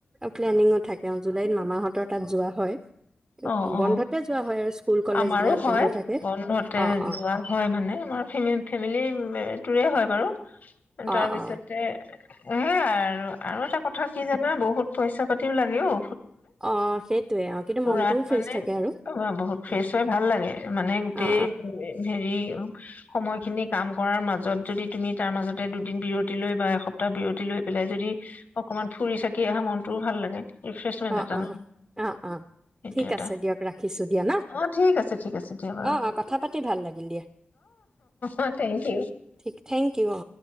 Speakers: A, on the right (about 20°); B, on the left (about 50°).
A: প্লেনিংও থাকে অ জুলাইত মামাহঁতৰ তাত যোৱা হয়
B: অ
A: বন্ধতে
B: অ
A: যোৱা হয় আৰু স্কুল কলেজ
B: আমাৰো
A: বিলাক
B: হয়
A: বন্ধ থাকে
B: বন্ধতে
A: অ অ
B: যোৱা হয় মানে আমাৰ ফেমিলি ৰে হয় বাৰু তাৰপিছতে
A: অ অ
B: সয়াই আৰু আৰু এটা কথা কি জানা বহুত পইচা পাতিব লাগে অ
A: অ সেইটয়ে অ কিন্তু
B: খুৰাত
A: মনটোও ফ্ৰেছ
B: মানে
A: থাকে আৰু
B: অ বহুত ফ্ৰেছ
A: অ
B: হয় ভাল লাগে মানে গোটেই
A: অ
B: হেৰি সময়খিনি কাম কৰাৰ মাজত যদি তুমি তাৰ মাজতে দুদিন বিৰতি লৈ বা এসপ্তাহ বিৰতি লৈ পেলাই যদি অকমান ফুৰি চাকি আহা মনটোও ভাল লাগে ৰিফ্ৰেছমেন্ট
A: অ
B: এটা
A: অ
B: ন
A: অ অ অ
B: সেইটো
A: ঠিক
B: এটা
A: আছে দিয়ক ৰাখিছোঁ দিয়া ন
B: অঁ ঠিক আছে ঠিক আছে দিয়া বাৰু
A: অ অ কথা পাতি ভাল লাগিল দিয়া
B: অ থেংক ইউ
A: ঠিক থেংক ইউ অ